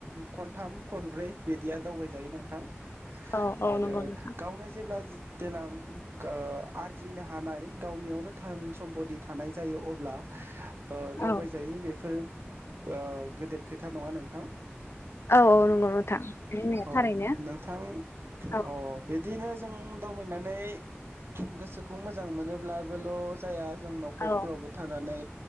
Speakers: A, on the right (about 60°); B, on the left (about 70°).
A: खनथाम खनब्रै बेद दिया दावबायजायो नोंथां।
B: औ औ
A: आरो
B: नंगौ नोंथां
A: गावनो जेब्ला जो देलां खो आरजिनो हानाय गावनियावनो धोन-सम्पति थानाय जायो अब्ला ओ दावबायजायो
B: औ
A: बेफोर आ गोदेर खोथा नङा नोंथां
B: औ औ नंगौ नोथां नों होननाया
A: औ
B: थारैनो
A: नोंथां
B: औ।
A: अ बिदिनो जों दावबायनानै गोसोखौ मोजां मोनोब्ला बोल जाया जों नखरफोरावबो
B: औ
A: थानानै